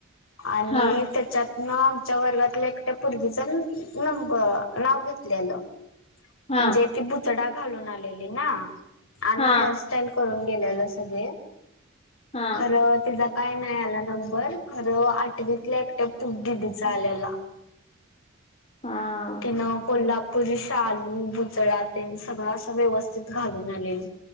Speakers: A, on the left; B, on the left.
A: आणि
B: हा
A: त्याच्यात न आमच्या वर्गातील एकट्या पोर्गीच नंब नाव घेतलेलं.
B: हा
A: म्हणजे ती बुचडा घालून आलेली ना आमी
B: हा
A: हेअर स्टाईल करून गेलेले सगळे
B: हा
A: खर तिचा काय नाही आला नंबर खरं आठवीतल्या एकट्या दिदीचा आलेला.
B: हा
A: तीन कोल्हा पुरी शालू बुचडा ते सगळं अस व्यवस्थित घालून आलेली.